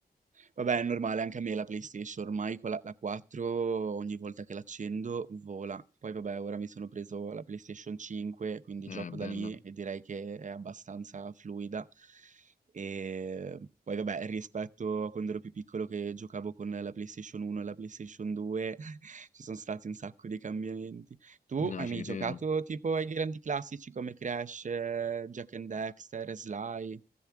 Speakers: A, on the right; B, on the left.
A: Vabbè, è normale, anche a me la PlayStation, ormai con la, la 4 ogni volta che l'accendo vola. Poi vabbè, ora mi sono preso la PlayStation 5, quindi
B: Eh,
A: gioco
B: bella.
A: da lì e direi che è abbastanza fluida. E poi vabbè, rispetto a quando ero più piccolo che giocavo con la PlayStation 1 e la PlayStation 2, <laughs> ci sono stati un sacco di cambiamenti. Tu
B: No,
A: hai
B: ci
A: mai giocato
B: credo.
A: tipo ai grandi classici come Crash, eh, Jack and Dexter, Sly?